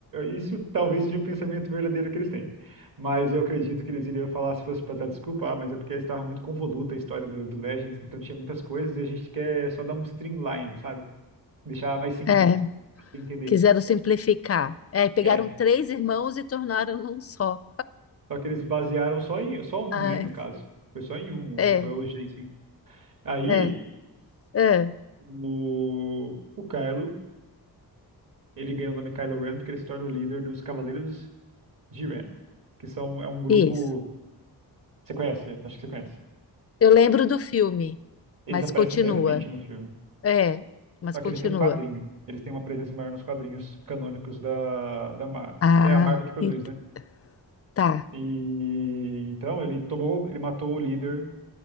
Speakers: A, on the right; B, on the left.
A: isso talvez seja o pensamento verdadeiro que eles têm. Mas eu acredito que eles iriam falar se fosse para dar desculpa, ah, mas é porque estava muito convoluta a história do, do Legends, então tinha muitas coisas e a gente quer só dar um streamline, sabe? Deixar mais simples,
B: É,
A: pra você entender.
B: quiseram simplificar. É, pegaram
A: É,
B: três irmãos e tornaram num só.
A: só que eles basearam só em só um,
B: Ai,
A: né, no caso. Foi só em um, o
B: é,
A: que foi o Jensen. Aí,
B: é, é,
A: o, o Kylo, ele ganhou o nome Kylo Ren porque ele se torna o líder dos Cavaleiros de Ren, que são, é um grupo...
B: isso.
A: Você conhece? Acho que você conhece.
B: Eu lembro do filme,
A: Eles
B: mas
A: aparecem
B: continua.
A: brevemente no filme.
B: É, mas
A: Só
B: continua.
A: que eles têm um quadrinho. Eles têm uma presença maior nos quadrinhos canônicos da, da Marvel,
B: Ah,
A: que é a Marvel que produz,
B: ent-
A: né?
B: tá,
A: E então ele tomou, ele matou o líder,